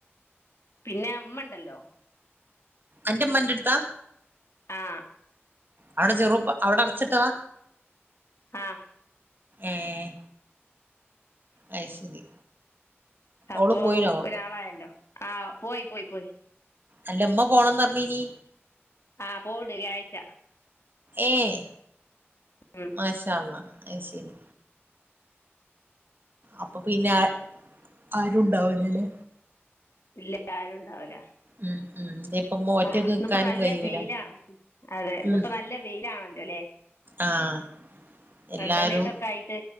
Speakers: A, on the left; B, on the right.
A: പിന്നെ അമ്മ ണ്ടല്ലോ
B: എന്റെ മ്മൻ്റെ എടുത്താ
A: ആ
B: അവിടെ ചെറുപ്പ് അവിടെ അടച്ചിട്ടവാ
A: ആഹ്
B: ഏഹ് അയ് ശരി
A: അപ്പോം
B: ഓള് പോയിനോ
A: ഒരാളായല്ലോ ആ പോയി പോയി പോയി
B: അല്ലമ്മ പോണംന്ന് പറഞ്ഞീനി
A: ആഹ് പോണ്ട് വ്യാഴാഴ്ച്ച
B: ഏഹ്
A: ഉം
B: മാശാ അള്ളാ അയ് ശരി അപ്പൊ പിന്നെ ആരുണ്ടാവൂലേല്ലേ
A: ഇല്ല ആരും ഉണ്ടാവൂല
B: ഉം ഉം ഇപ്പമ്മ ഒറ്റക്ക്
A: ഹാ ഇന്ന്
B: നിക്കാനും
A: ഇപ്പോ നല്ല
B: കഴിയൂല
A: വെയിലാണല്ലോ അതെ ഇന്ന്
B: ഉം
A: ഇപ്പോ നല്ല വെയില് ആണല്ലേ അല്ലേ
B: ആഹ് എല്ലാരും
A: റെഡ് അലേർട്ട് ഒക്കെ ആയിട്ട്